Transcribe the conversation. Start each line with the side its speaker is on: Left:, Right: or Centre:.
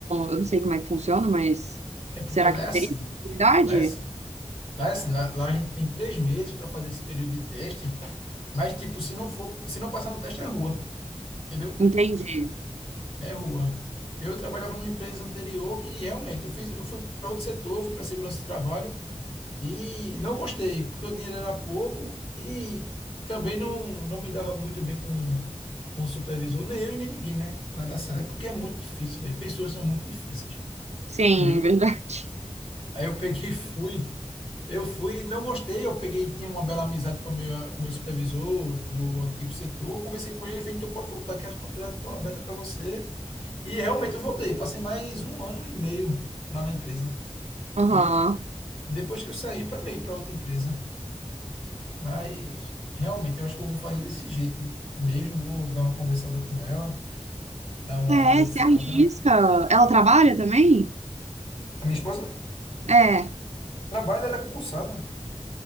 Right: Eu não sei como é que funciona, mas
Left: É porque
Right: será
Left: lá
Right: que não
Left: é assim,
Right: teria essa possibilidade?
Left: lá é assim. Lá é assim, lá, lá a gente tem três meses para fazer esse período de teste, mas, tipo, se não for, se não passar no teste, é rua, entendeu?
Right: Entendi.
Left: É rua. Eu trabalhava numa empresa anterior que realmente eu fiz, eu fui para outro setor, fui para segurança do trabalho e não gostei, porque o dinheiro era pouco e também não, não me dava muito bem com, com o supervisor, nem eu e nem ninguém, né? Lá da sala, É porque é muito difícil, velho. Pessoas são muito difíceis,
Right: Sim,
Left: entendeu?
Right: verdade. <laughs>
Left: Aí eu peguei e fui. Eu fui, não gostei, eu peguei, tinha uma bela amizade com o meu, com o meu supervisor do antigo setor, conversei com ele, ele fez, então pode voltar, que as portas já estão abertas para você. E realmente eu voltei. Passei mais um ano e meio lá na empresa,
Right: Aham.
Left: entendeu? Depois que eu saí para ir para outra empresa. Mas realmente eu acho que eu vou fazer desse jeito de- mesmo. Vou dar uma conversada com ela, dar uma
Right: É,
Left: analisada.
Right: se arrisca. Ela trabalha também?
Left: A minha esposa
Right: É.
Left: trabalha, ela é concursada.